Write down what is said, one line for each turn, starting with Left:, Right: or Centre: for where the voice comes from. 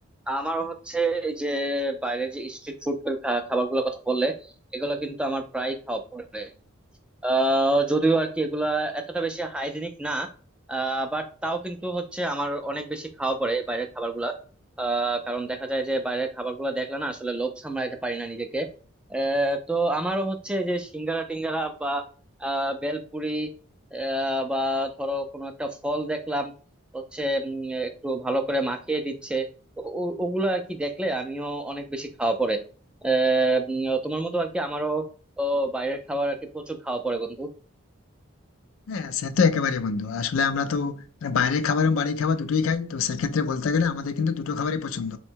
Centre: আমারও হচ্ছে এই যে বাইরে যে স্ট্রিট ফুড খাবার গুলোর কথা বললে এগুলো কিন্তু আমার প্রায় খাওয়া পড়ে আহ যদিও আর কি এগুলা এতটা বেশি হাইজিনিক না বাট তাও কিন্তু হচ্ছে আমার অনেক বেশি খাওয়া পড়ে বাইরের খাবারগুলা আহ, কারণ দেখা যায় যে বাইরের খাবারগুলো দেখলে না আসলে লোভ সামলাইতে পারি না নিজেকে আহ, তো আমারও হচ্ছে এই যে সিঙ্গারা টিঙ্গারা বা আহ, বেলপুরি আহ, বা ধরো কোনো একটা ফল দেখলাম হচ্ছে উম, একটু ভালো করে মাখিয়ে দিচ্ছে তো ও- ওগুলো আর কি দেখলে আমিও অনেক বেশি খাওয়া পড়ে আহ, উম, তোমার মতো আর কি আমারও তো বাইরের খাবার আর কি প্রচুর খাওয়া পড়ে বন্ধু
Left: হ্যাঁ সে তো একেবারে বন্ধু আসলে আমরা তো বাইরের খাবার এবং বাড়ির খাবার দুটোই খাই তো সেক্ষেত্রে বলতে গেলে আমাদের কিন্তু দুটো খাবারই পছন্দ